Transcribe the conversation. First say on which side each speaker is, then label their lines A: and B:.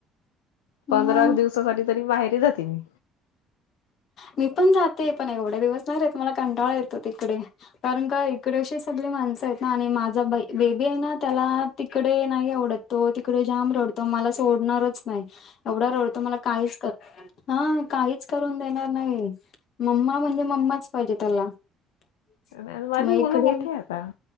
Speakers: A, on the left; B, on the left.
A: मग
B: पंधरा दिवसासाठी तरी बाहेर जाते मी
A: मी पण जाते पण एवढे दिवस नाही राहत मला कंटाळा येतो तिकडे कारण का इकडेशी सगळी माणसं आहेत ना आणि माझा बेबी आहे ना त्याला तिकडे नाही आवडत तो तिकडे जाम रडतो मला सोडणारच नाही एवढा रड तमला काहीच कर हा काहीच करून देणार नाही मम्मा म्हणजे मम्माच पाहिजे त्याला त
B: आणि माझी
A: मग इकडे
B: मुलं मोठी आहेत आता